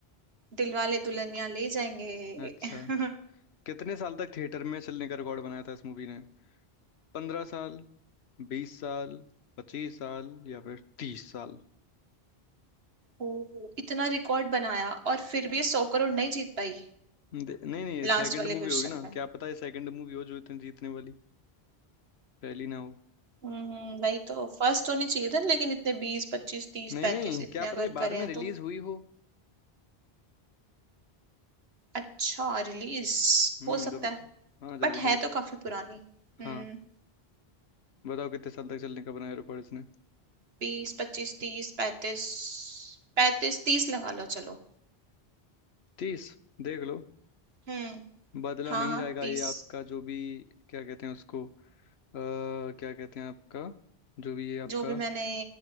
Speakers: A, on the right; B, on the left.
A: दिलवाले दुल्हनिया ले जाएंगे
B: अच्छा
A: <laughs>
B: कितने साल तक थिएटर में चलने का रिकॉर्ड बनाया था इस मूवी ने पंद्रह साल बीस साल पच्चीस साल या फिर तीस साल
A: ओ इतना रिकॉर्ड बनाया और फिर भी ये सौ करोड़ नहीं जीत पाई
B: दे- नहीं नहीं ये सेकंड
A: लास्ट वाले
B: मूवी
A: क्वेश्चन
B: होगी ना
A: में
B: क्या पता ये सेकंड मूवी हो जो इतने जीतने वाली पहली ना हो
A: हम्म भाई तो फर्स्ट होनी चाहिए था लेकिन इतने बीस पच्चीस तीस
B: नहीं
A: पैंतीस
B: नहीं
A: इतने
B: क्या पता
A: अगर
B: है बाद
A: करें
B: में रिलीज
A: तो
B: हुई हो
A: अच्छा रिलीज
B: हम्म
A: हो सकता
B: जब
A: है
B: हाँ जब
A: बट
B: रिलीज
A: है तो काफी पुरानी
B: हाँ
A: हम्म
B: बताओ कितने साल तक चलने का बनाया रिकॉर्ड इसने
A: बीस पच्चीस तीस पैंतीस पैंतीस तीस लगा लो चलो
B: तीस देख लो
A: हम्म
B: बदला
A: हाँ
B: नहीं
A: हाँ
B: जाएगा
A: तीस
B: ये आपका जो भी क्या कहते हैं उसको आ, क्या कहते हैं आपका जो भी ये आपका
A: जो भी मैंने